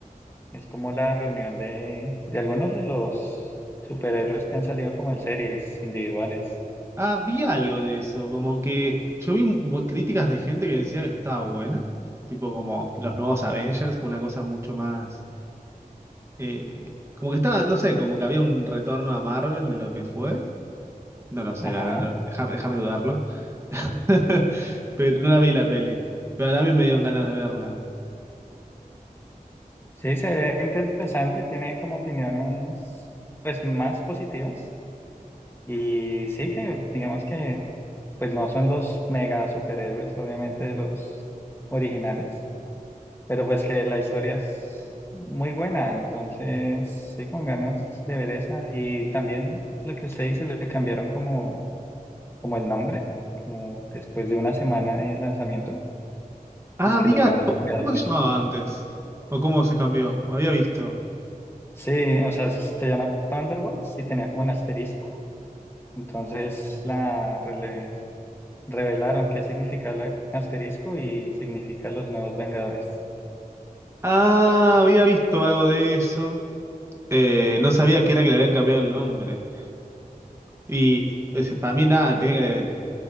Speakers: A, on the left; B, on the right.
A: Es como la reunión de, de algunos de los superhéroes que han salido como en series individuales.
B: Ah, vi algo de eso, como que yo vi mu- críticas de gente que decía que estaba buena, tipo como los nuevos Avengers, con una cosa mucho más, eh, como que estaba, no sé, como que había un retorno a Marvel de lo que fue, no lo sé,
A: Ajá.
B: la verdad, no- déjame, déjame dudarlo, <laughs> pero no la vi la peli, pero también me dieron ganas de verla.
A: Sí, se ve interesante, tiene como opiniones pues más positivas y sí que digamos que pues no son los mega superhéroes obviamente de los originales, pero pues que la historia es muy buena, entonces sí con ganas de ver esa y también lo que usted dice le cambiaron como como el nombre, como después de una semana de lanzamiento,
B: Ah,
A: es
B: había,
A: que los nuevos Vengadores.
B: ¿cómo se llamaba antes? ¿O cómo se cambió? Había visto.
A: Sí, o sea, se llama Thunderbolts y tenía como un asterisco. Entonces la rele- revelaron qué significa el asterisco y significa los nuevos Vengadores.
B: Ah, había visto algo de eso. Eh, no sabía que era que le habían cambiado el nombre. Y es- para mí nada, tiene que... o